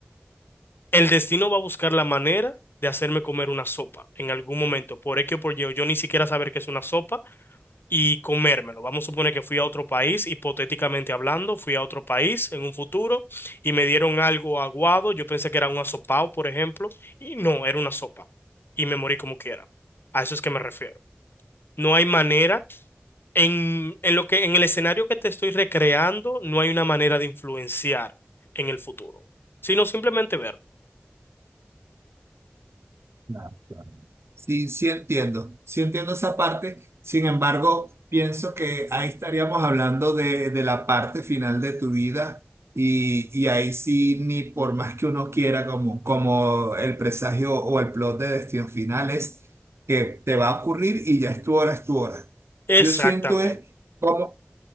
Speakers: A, on the left; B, on the right.
A: el destino va a buscar la manera de hacerme comer una sopa en algún momento, por X o por Y, o yo ni siquiera saber que es una sopa y comérmelo. Vamos a suponer que fui a otro país, hipotéticamente hablando, fui a otro país en un futuro y me dieron algo aguado, yo pensé que era un asopao, por ejemplo, y no, era una sopa y me morí como quiera. A eso es que me refiero. No hay manera En, en lo que, en el escenario que te estoy recreando, no hay una manera de influenciar en el futuro, sino simplemente verlo.
B: Claro, claro. Sí, sí entiendo, sí entiendo esa parte. Sin embargo, pienso que ahí estaríamos hablando de, de la parte final de tu vida y, y ahí sí, ni por más que uno quiera, como, como el presagio o el plot de Destino Final es que te va a ocurrir y ya es tu hora, es tu hora.
A: Exactamente.
B: Yo siento es cómo,